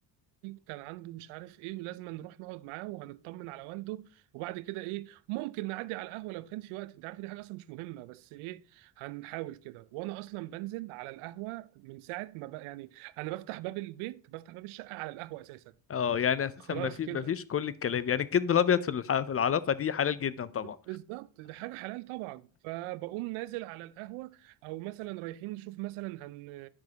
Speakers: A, on the right; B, on the left.
A: كان عنده مش عارف ايه ولازم نروح نقعد معاه وهنطمن على والده وبعد كده ايه ممكن نعدي على القهوه لو كان في وقت انت عارفه دي حاجه اصلا مش مهمه بس ايه هنحاول كده وانا اصلا بنزل على القهوه من ساعه ما بقى يعني انا بفتح باب البيت بفتح باب الشقه على القهوه اساسا
B: اه يعني اساسا
A: خلاص
B: ما في
A: كده
B: ما فيش كل الكلام يعني الكذب الابيض في الح- في العلاقه دي حلال جدا طبعا
A: بالظبط دي حاجه حلال طبعا فبقوم نازل على القهوه او مثلا رايحين نشوف مثلا هن